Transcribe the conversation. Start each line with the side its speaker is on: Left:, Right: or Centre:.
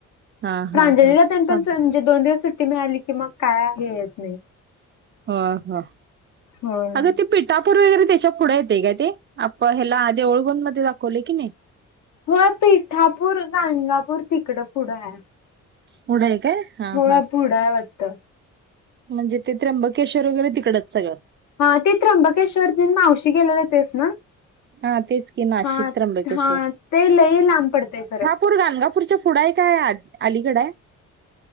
Right: हा
Left: प्रांजलीला
Right: हा हा
Left: तेन पण
Right: चालतंय
Left: चल म्हणजे दोन दिवस सुट्टी मिळाली की मग काय हे येत नाही.
Right: ह हा
Left: होय
Right: अग त पी टापूर वगैरे त्याच्या पुढे येते काय ते आप हेला देऊळबंद मध्ये दाखवले की नाही.
Left: होय पिठापूर गांंनगापूर तिकड पुढं आहे.
Right: पूडं आहे काय? हा
Left: होय
Right: हा
Left: पुढंय वाटतं.
Right: म्हणजे ते त्र्यंबकेश्वर वगैरे तिकडंच सगळं.
Left: हा ते त्र्यंबकेश्वर तेन मावशी गेलेले तेचं ना?
Right: हा तेच की नाशिक
Left: हा
Right: त्र्यंबकेश्वर
Left: हा ते लय लांब पडते खरं.
Right: पूर गानंगापूरच्या पुुढ आहे काय अलीकड आहे?